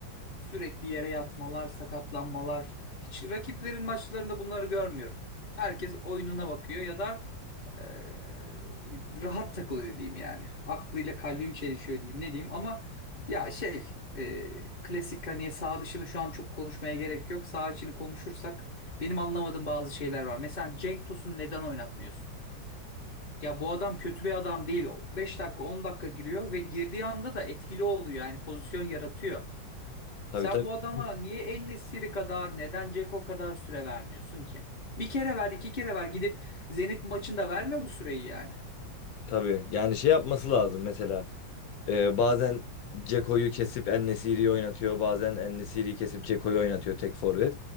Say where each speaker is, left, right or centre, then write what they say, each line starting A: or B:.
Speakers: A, on the left; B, on the left.
A: Sürekli yere yatmalar, sakatlanmalar. Hiç rakiplerin maçlarında bunları görmüyorum. Herkes oyununa bakıyor ya da eee, rahat takılıyor diyeyim yani. Aklıyla kalbim çelişiyor diyeyim ne diyeyim ama ya şey eee, klasik hani sağ dışını şu an çok konuşmaya gerek yok. Sağ içini konuşursak benim anlamadığım bazı şeyler var. Mesela Cenk Tosun'u neden oynatmıyorsun? Ya bu adam kötü bir adam değil. 5 dakika 10 dakika giriyor ve girdiği anda da etkili oluyor yani pozisyon yaratıyor.
B: Tabii
A: Sen
B: tabii.
A: bu adama niye En-Nesyri kadar neden Ceko kadar süre vermiyorsun ki? Bir kere ver iki kere ver gidip Zenit maçında verme bu süreyi yani.
B: Tabii. Yani şey yapması lazım mesela. Ee, bazen Ceko'yu kesip En-Nesyri'yi oynatıyor. Bazen En-Nesyri'yi kesip Ceko'yu oynatıyor tek forvet.